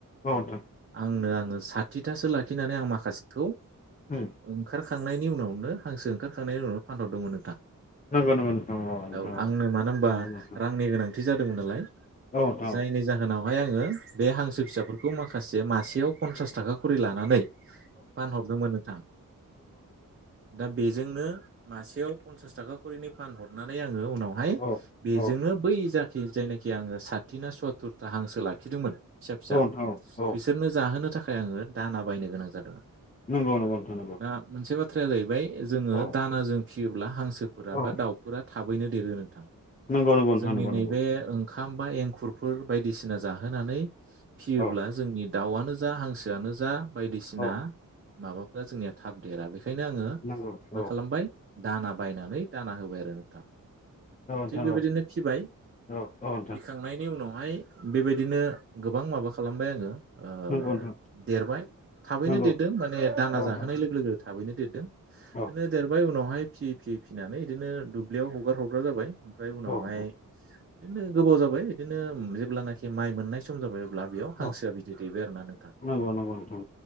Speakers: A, on the left; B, on the right.
A: औ नोंथां
B: आंनो आङो साथिथासो लाखिनानै आं माखासेखौ
A: उम
B: ओंखार खा थांनायनि उनावनो हांसो ओंखारखांनायनि उनाव फानहर <unintelligible> नोंथां
A: नंगौ नंगौ नोंथां नोंथां
B: औ आंनो मानो होनबा
A: नंगौ नोंथां
B: रांनि गोनां <unintelligible> जादोंमोन नालाय
A: औ नोंथां
B: जायनि
A: औ
B: जाहोनाव ओमफ्राय आङो बे हांसो फिसाफोरखौ माखासे माखासे मासेयाव पन्सासथाखा खरै लानानै फानहरदोंमोन नोंथां दा बेजोंनो मासेयाव पन्सासथाखा खरिनि फानहरनानै आं उनावहाय
A: औ
B: बेजोंनो
A: औ
B: बै दा खि जायनाखि आङो साथि ना सत्तुरथा हांसो लाखिदोंमोन। फिसा फिसा
A: नोंथां औ नंगौ नोंथां औ औ नोंथां औ
B: बिसोरनो जाहोनो थाखाय फ्राय आङो दाना बायनो गोनां जादोंमोन।
A: नंगौ नंगौ नोंथां
B: दा मोनसे बाथ्राया जाहैबाय जोङो
A: औ
B: दाना जों फियोब्ला हांसो फोरा
A: औ
B: बा दाउफोरा थाबैनो देरो नोंथां।
A: नंगौ नंगौ नोंथां
B: जोंनि
A: नंगौ
B: नैबे
A: नंगौ
B: ओंखाम बा एंखुरफोर बायदिसिना जाहोनानै फियोब्ला
A: औ
B: जोंनि दाउआनो जा हांसोआनो जा बायदिसिना
A: औ
B: माबा जोंनिया थाब देरा बे ओंखायनो आङो
A: नंगौ
B: मा
A: औ
B: खालामबाय? दाना बायनानै दाना होबाय आरो नोंथां।
A: औ नोंथां
B: थिग बेबायदिनो
A: औ
B: फिबाय
A: औ औ नोंथां
B: फिखांनायनि उनाव माय बेबायदिनो गोबां माबा खालामबाय आङो। ओ
A: नंगौ नोंथां
B: देरबाय थाबैनो
A: नंगौ
B: देरदों माने दाङा
A: औ नोंथां
B: जाहोनाय लोगो लोगो थाबैनो देरदोंनो
A: औ
B: बिदिनो देरबाय उनाव बेवहाय फियै फियै फिनानै बिदिनो दुब्लियाव हगार हरग्रा जाबाय। ओमफ्राय उनावहाय
A: औ नोंथां
B: बिदिनो गोबाव जाबाय बिदिनो जेब्लानाखि माइ मोननाय सम जाबाय। अब्ला बेयाव हांसोआ
A: औ
B: बिदि दैेबाय आरोना नों
A: नंगौ नंगौ नोंथां